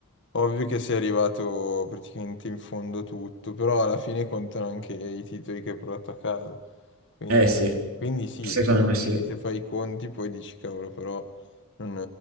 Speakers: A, on the left (about 55°); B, on the right (about 65°).
A: ovvio che sei arrivato praticamente in fondo tutto, però alla fine contano anche i titoli che hai portato a casa. Quindi,
B: Eh sì,
A: quindi sì,
B: secondo
A: se
B: me sì.
A: fai, se fai i conti poi dici cavolo, però non,